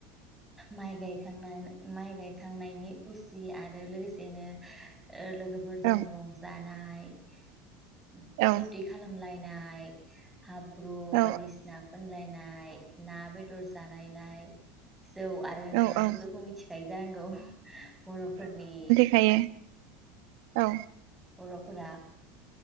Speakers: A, in the centre; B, on the right.
A: माइ गायखांना माइ गायखांनायनि खुसि आरो लोगोसे बिदिनो ओ लोगोफोरजों
B: औ
A: रंजानाय नाय
B: औ
A: फुरथि खालामलाय नाय हाब्रु
B: औ
A: बायदिसिना फोनलायनाय नाय ना बेद दर जालायनाय जौ आरो नोंथाङाथ'
B: औ औ
A: जौखौ मिथि सायजा नांगौ बर'फोरनि
B: खायो औ
A: बर'फोरा